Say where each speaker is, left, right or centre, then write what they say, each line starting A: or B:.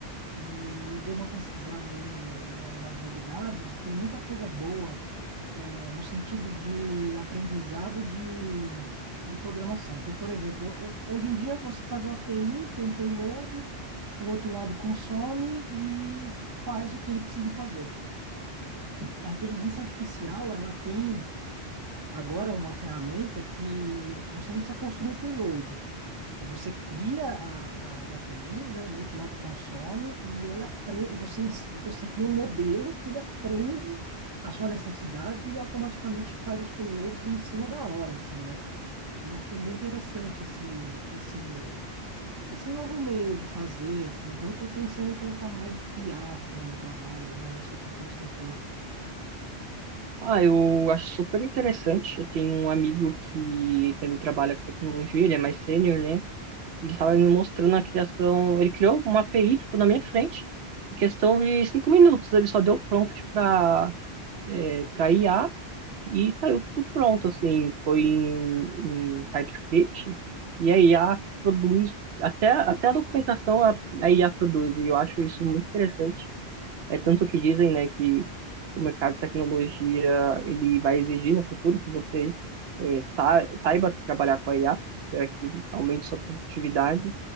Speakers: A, on the right; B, on the right.
A: E eu dei uma pesquisada aí no, na- nas novidades e tem muita coisa boa é, no sentido de aprendizado de, de programação. Então, por exemplo, hoje em dia você faz uma API, tem um payload, o outro lado consome e faz o que ele precisa fazer. A inteligência artificial, ela tem agora uma ferramenta que você não precisa construir o payload. É, Você cria a- as APIs, né? O outro lado consome e ela apre- você, ens- você cria um modelo que ele aprende a sua necessidade e automaticamente faz os payloads em cima da hora, assim, né? Eu achei bem interessante esse, esse, esse novo meio de fazer, assim. Então, eu estou pensando em colocar mais IA, assim, no trabalho, né? Não sei o que que você pensa.
B: Ah, eu acho super interessante. Eu tenho um amigo que também trabalha com tecnologia, ele é mais sênior, né? E ele estava me mostrando a criação. Ele criou uma API, tipo, na minha frente, em questão de cinco minutos. Ele só deu prompt para é, para IA e saiu tudo pronto, assim. Foi em, em TypeScript e a IA produz, até, até a documentação a, a IA produz. E eu acho isso muito interessante. É tanto que dizem, né, que o mercado de tecnologia ele vai exigir no futuro que você eh, sa- saiba trabalhar com a IA para que aumente sua produtividade.